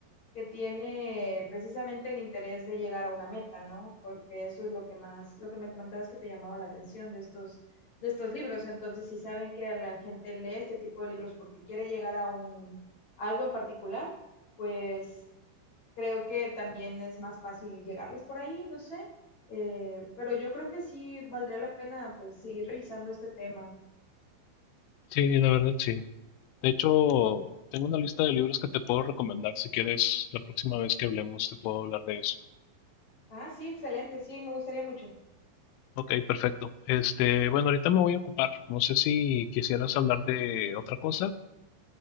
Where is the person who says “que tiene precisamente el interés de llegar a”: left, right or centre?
Left